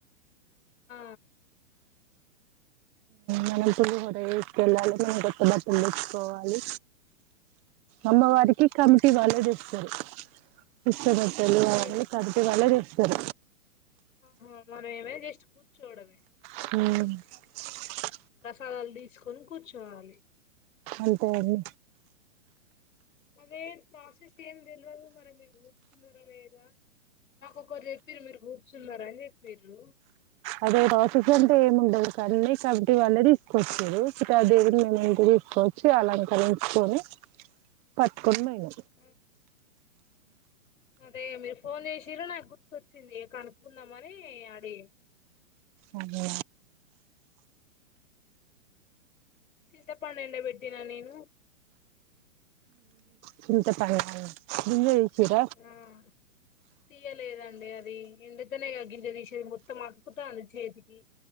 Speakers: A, on the left; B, on the right.
A: ఆ
B: మనం చు హోరసుకెళ్ళాలి మనం కొత్త బట్టలు నచుకోవాలి అమ్మ
A: ఆ
B: వారికి కమిటీ వాళదస్తస్తారు ఇష్టపట్టలు
A: అయి
B: అ పదితే వలరి ఇష్టత
A: హ మనం ఏమ జస్ట్ కూర్చోఓడమే
B: హ
A: ప్రసాదాలు తీసుకొని కూర్చోవాలి
B: అంతే అడి
A: అదే ప్రాసెస్ ఏం తెలియదు మరి మీరు కూర్స్తున్నారా లేదా నాకొక్కరు చె మీరు మీరు కూర్చున్నారా అని చె మీరు
B: అదే ప్రోసెస్ అంటే ఏమి ఉండదు కానీ కాబట్టి వాళ్ళే తీసుకొచ్చారు ఇక అ దే మేము ఇం వచ్చి అలంకరించుకొని
A: ఆ,
B: ప కొన్మైన
A: ఆ, అదే మీరు ఫోన్ చేసిర నాకు గుర్తుొచ్చింది కనుకుందామని అడి
B: అఓ
A: చింతపడు ఎండ పెడతనా నేను
B: చింత ప బచ్చర
A: ఆ తీయలేదండి అది ఎంతనే తగ్గించదిసేది మొత్తం అతుకుతాను చేతికి